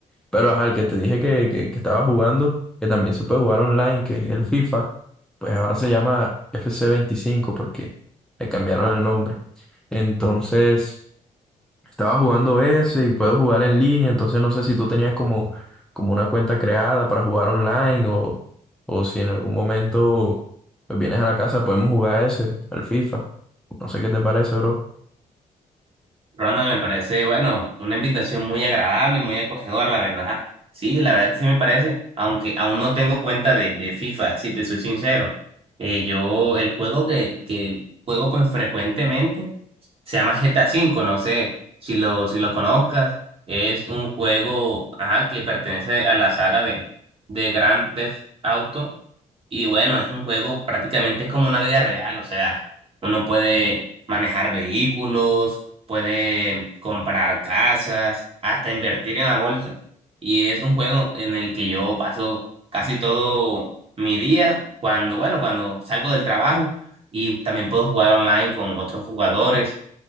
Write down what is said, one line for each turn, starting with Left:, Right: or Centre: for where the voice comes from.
Centre: Pero ajá, el que te dije que, que, que estaba jugando, que también se puede jugar online, que es el FIFA, pues ahora se llama fc veinticinco porque le cambiaron el nombre. Entonces... Estaba jugando ese y puedo jugar en línea, entonces no sé si tú tenías como, como una cuenta creada para jugar online o, o si en algún momento pues, vienes a la casa podemos jugar ese, al FIFA. No sé qué te parece, bro.
Right: Ronald, me parece, bueno, una invitación muy agradable, muy acogedora, la verdad. Sí, la verdad que sí me parece, aunque aún no tengo cuenta de, de FIFA, si te soy sincero. Eh, yo, el juego que, que juego pues frecuentemente se llama GTA V, no sé si lo, si lo conozcas. Es un juego, ajá, que pertenece a la saga de, de Grand Theft Auto. Y bueno, es un juego prácticamente es como una vida real, o sea, uno puede manejar vehículos puede comprar casas, hasta invertir en la bolsa. Y es un juego en el que yo paso casi todo mi día cuando, bueno, cuando salgo del trabajo y también puedo jugar online con otros jugadores,